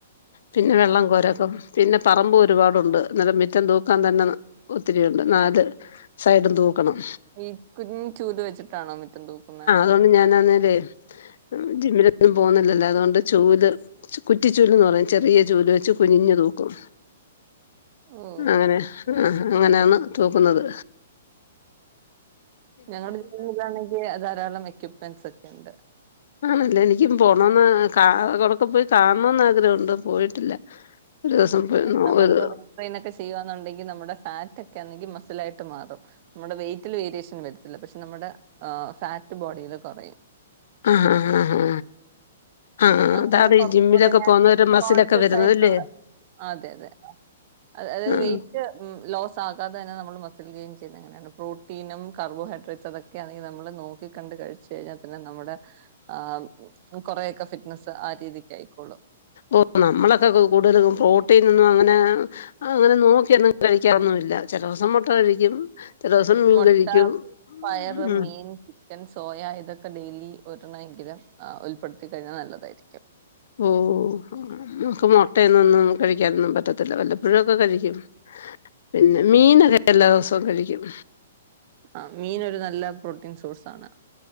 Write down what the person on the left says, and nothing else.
പിന്നെ
വെള്ളം കോരാക്കോ പിന്നെ പറമ്പു ഒരുപാടുണ്ട് ന്ന രം മിറ്റം തൂക്കാൻ തന്നെ ഒത്തിരിയൊണ്ട്. നാത് സൈഡും തൂക്കണം.
തോന്ന് ഞാനാന്നേല്ലേ ജിമ്മില് ന്നും പോന്ന്ല്ലല്ലോ അത് കൊണ്ട് ചൂല് കുറ്റിച്ചൂല്ന്ന് പറയും ചെറിയ ചൂല് വെച്ച് കുനിഞ്ഞ് തൂക്കും.
അങ്ങനെ ആഹ് അങ്ങനാന്ന് തൂക്ക്ന്നത്.
ആണല്ലേ എനിക്കും പോണോന്ന് കാ അവ്ടൊക്കെ പോയി കാണ്ണോന്ന് ആഗ്രഹൊണ്ട് പോയിട്ടില്ല. ഒരു ദിവസം പോയി നോ
ഒരു
ആഹ് ആഹാ ആഹാ. ആഹ്
അതാതീ
ജിമ്മിലൊക്കെ
പോന്നവര് മസ്സിലൊക്കെ
വരുന്നത്‌ല്ലേ.
ആഹ്
ഓഹ് നമ്മളൊക്കെ ക് കൂട്തലും പ്രോട്ടീനൊന്നും അങ്ങനെ അങ്ങനെ നോക്ക്യൊന്നും കഴിക്കാറൊന്നുവില്ല ചെലോസം മൊട്ട കഴിക്കും. ചെല ദിവസം മീൻ
കഴിക്കും
ഉം
ഓഹ് അ മക്ക് മൊട്ടയെന്നൊന്നും കഴിക്കാനൊന്നും പറ്റത്തില്ല വല്ലപ്പൊഴു ഒക്കെ കഴിക്കും. പിന്നെ മീനൊക്കെ എല്ലാ ദെവസോം കഴിക്ക്യും.